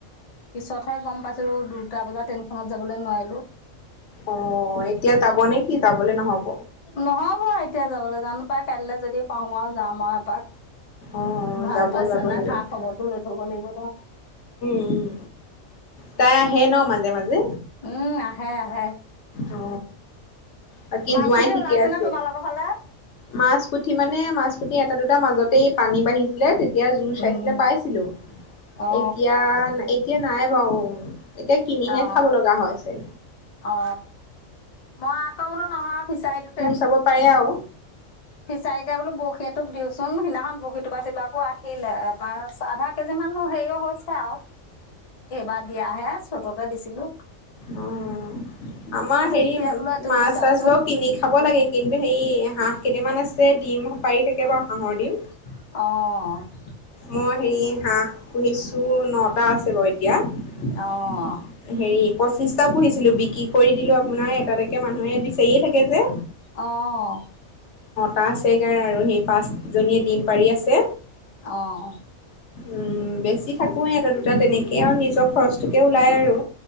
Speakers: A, on the left (about 45°); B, on the left (about 65°).
A: পিছতহে গম পাইছিলোঁ, দুটা বজাত ট্ৰেইনখনত যাবলৈ নোৱাৰিলোঁ।
B: অ', এতিয়া যাব নে কি, যাবলে নহব?
A: নহ'ব এতিয়া যাবলৈ জানো পাই কাইলৈ যদি পাৰো আৰু যাম আৰু এপাক।
B: অ',
A: ভাল
B: যাব
A: পাইছে
B: যাব
A: নাই
B: হেৰ'।
A: খা খবৰটো লৈ থব লাগিব। <unintelligible>
B: উম তাই আহে ন' মাজে মাজে?
A: উম, আহে আহে।
B: অ বাকী
A: মাছ
B: জোঁৱাই
A: পুঠি
B: ঠিকে
A: ওলাইছে
B: আছে
A: নে তোমালোকৰ ফালে?
B: মাছ পুঠি মানে, মাছ পুঠি এটা দুটা মাজতেই পানী বাঢ়িছিলে তেতিয়া জুৰ চাইছিলে
A: উম
B: পাইছিলো,
A: অ
B: এতিয়া এতিয়া নাই বাৰু এতিয়া কিনিহে
A: অ
B: খাব লগা হৈ আছে।
A: অ মই আকৌ বোলো নহয় ফিচাৰিটোতে,
B: চাব পাৰে আৰু।
A: ফিচাৰিতে বোলো বৰশী এটোক দিওঁ চোন সিদিনাখন বৰশীটো বাইছিলো আকৌ আহিলে এবাৰ আধা কেজি মানো হেৰিও হৈছে আও। এইবাৰ দিয়া হে চ বা দিছিলো।
B: অ'। আমাৰ হেৰি
A: এতিয়া বোলো এটোপ
B: মাছ
A: দি চাওঁচোন
B: চাছবোৰ কিনি খাব লাগে কিন্তু সে হাঁহ কেইটামান আছে ডিম পাৰি থাকে বাৰু হাঁহৰ।
A: অ'
B: ডিম। মই হেৰি হাঁহ পুহিছো, নটা আছে বাৰু এতিয়া।
A: অঁ
B: হেৰি পঁচিশটা পুহিছিলো, বিক্ৰী কৰি দিলো আপোনাৰ এটা এটাকৈ মানুহে বিচাৰিয়ে থাকে যে।
A: অঁ
B: পাঁচ <unintelligible> আৰু সেই পাঁচজনীয়ে ডিম পাৰি আছে।
A: অঁ
B: উম, বেছি থাকোয়ে এটা দুটা তেনেকেই আৰু নিজৰ খৰচটোকে ওলাই আৰু।